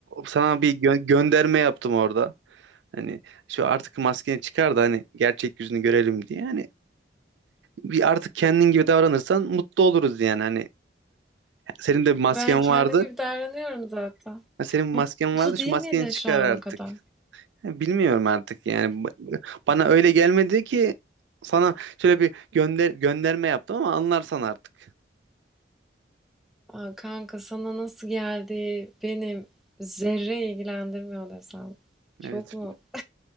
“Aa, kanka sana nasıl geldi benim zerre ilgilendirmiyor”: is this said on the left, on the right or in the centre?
Centre